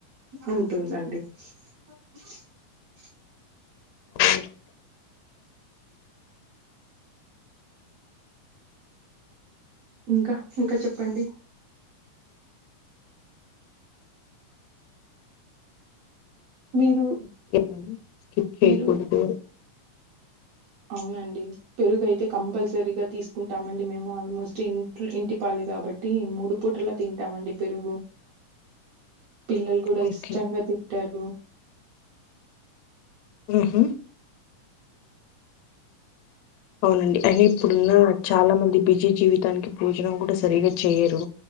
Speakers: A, on the right; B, on the left.
A: అంటుంది. <inaudible>
B: <unintelligible> అ
A: ఇంకా ఇంకా చెప్పండి మీరు
B: ఎలా స్కిప్ చేయికూడదు
A: మీరు అవునండి పెరుగయితే కంపల్సరీగా తీసుకుంటామండి మేము ఆల్మోస్ట్ ఇట్ ఇంటి పాలే కాబట్టి మూడు పూటలా తింటామండి పెరుగు
B: <inaudible>
A: పిల్లలు కూడా
B: ఓకే
A: ఇష్టంగా తింటారు
B: ఉహామ్ అవునండి అయిన ఇప్పుడున్న చాలా మంది అది బిజీ జీవితానికి బోజనం కూడా సరిగా చేయరు